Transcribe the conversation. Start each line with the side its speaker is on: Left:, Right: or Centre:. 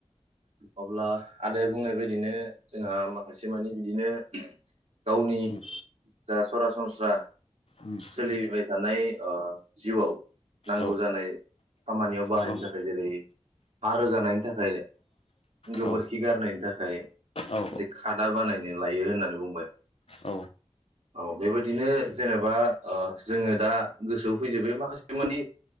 Right: अब्ला आदाया बुंनाय बेबायदिनो जोंहा माखासे मानि बिदिनो <inaudible> गावनि
Left: उम
Right: जा सरास सनस्रा।
Left: उम
Right: सोलिबाय थानाय ओ जिउआव नांगौ
Left: औ
Right: जानाय खामानियाव बाहायनो
Left: औ
Right: थाखाय जेरै हा रोगानायनि थाखाय गोबोरखि
Left: औ
Right: गारनायनि थाखाय
Left: औ
Right: बि खादा बानायनो लायो होननानै बुंबाय
Left: औ
Right: औ बेबायदिनो जेनेबा ओ जोंङो दा गोसोआव फैजोबबाय माखासे बे मानि